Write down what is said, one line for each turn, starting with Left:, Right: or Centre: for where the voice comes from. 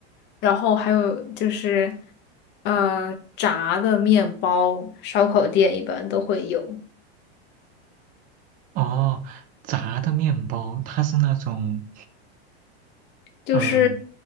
Left: 然后还有就是，呃，炸的面包，烧烤店一般都会有，
Right: 哦，炸的面包，它是那种，
Left: 就是
Right: 呃，